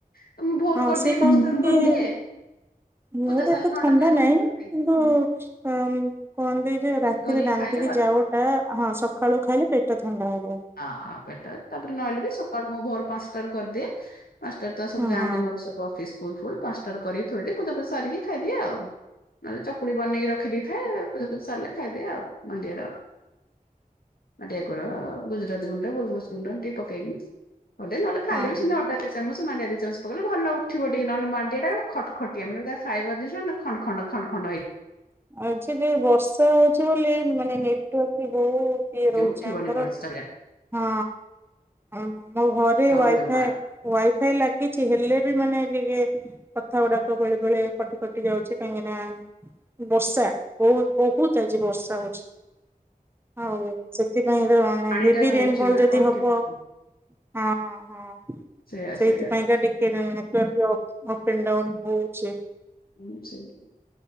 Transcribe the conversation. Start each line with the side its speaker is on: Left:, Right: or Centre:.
Left: ସାଙ୍ଗେ ମୁଁ ଭୋରୁ
Right: ହଁ
Left: କରିଦିଏ,
Right: ସେ କହୁଥିଲେ
Left: ପାଞ୍ଚଟାରୁ
Right: କି
Left: କରିଦିଏ।
Right: ମୋର
Left: ପୂଜା ସାରିଲେ
Right: ଏତେ
Left: ନଅଟା
Right: ଥଣ୍ଡା
Left: ସାଢେ
Right: ନାହିଁ,
Left: ନଅଟା ଖାଇଛି
Right: କିନ୍ତୁ
Left: ଆଉ
Right: ଅମ୍ କର୍ ମୁଁ ଦେ ଯୋଉ ରାତିରେ
Left: କରିକି
Right: ରାନ୍ଧିକି
Left: ଖାଇଲେ ଭଲ
Right: ଯାଉ ଟା, ହଁ ସକାଳୁ ଖାଇଲେ ପେଟ ଥଣ୍ଡା ହେବ।
Left: ଅଁ ପେଟ ତାପରେ ନହେଲେ ବି ସକାଳୁ ମୁଁ ଭୋର ପାଁଶଟାରୁ କରଦିଏ। ପାଁଶଟାରୁ ତ ସବୁ
Right: ହଁ
Left: ଯାଆନ୍ତି
Right: ହଁ
Left: ମୋର ସବୁ ଅଫିସ୍ ସ୍କୁଲ ପୁଣି ପାଁଶଟାରୁ କରିକି ଥୋଇଦିଏ ପୂଜା ପୂଜି ସାରିକି ଖାଇଦିଏ ଆଉ। ନହେଲେ ଚକୁଳି ବନେଇ ରଖିଦେଇଥାଏ। ପୂଜା ପୂଜି ସାରିଲେ ଖାଇଦିଏ ଆଉ ମଣ୍ଡିିଆର ମଣ୍ଡିଆ କୋରୁଅ ଆଉ। ଗୁଜୁରାତି ଗୁଣ୍ଡ ଗୋଲମରିଚ ଗୁଣ୍ଡ ଏନ୍ତି ପକେଇକି କରଦିଏ ନହେଲେ ଖାଲି
Right: ହଁ।
Left: ବି ସେମିତି ଅଟା ଦି ଚାମଚ୍ ତୁ ମାଣ୍ଡିଆ ଦି ଚାମଚ୍ ପକେଇଲେ ଭଲ ଉଠିବ ଟିକେ ନହଲେ ମାଣ୍ଡିଆ ଟା କାନ ଖଟ୍ ଖଟିଆ ମାନେ ତା ଫ୍ରାଇବର୍ ଜିନିଷ ନାଁ ଖଣ୍ଡ ଖଣ୍ଡ ଖଣ୍ଡ ଖ ଭାଇ
Right: ଆଜି ଟିଏ ବର୍ଷା ହଉଚି ବୋଲି ମାନେ ନେଟୱାର୍କ ବି ବହୁ ଇଏ
Left: ହେଇଯିବ
Right: ରହୁଚି
Left: ଉଠିବନି
Right: ଆମର
Left: ଭଲସେ ତାପରେ
Right: ହଁ ଆଉ ମୋ ଘରେ
Left: ଖାଉନି
Right: ୱାଇଫାଏ
Left: ଜମାରୁ।
Right: ୱାଇଫାଇ ଲା କିଛି ହେଲେ ବି ମାନେ ରିଗେ କଥା ଉଡ଼ାକ ବେଳେ ବେଳେ କଟି କଟି ଯାଉଚି କାହିଁକି ନାଁ ବର୍ଷା ବୋହୁତ୍ ବୋହୁତ୍ ଆଜି ବର୍ଷା ହୋଉଛି ଆଉ ଉଁ ସେଥିପାଇଁ ତ ଆମେ
Left: ପାଣି
Right: ହେଭି
Left: ଟା ରହୁଛି
Right: ରେନଫଲ୍
Left: ନା
Right: ଯଦି
Left: କଣ୍ଟିନ୍ୟୁ
Right: ହବ ହଁ ହଁ।
Left: ସେଇଆ
Right: ସେଇଥିପାଇଁ
Left: ସେଇଆ ତ
Right: କା ଟିକେ ତ network pro up and down ହଉଛି।
Left: ହୁଁ ସେମିତି।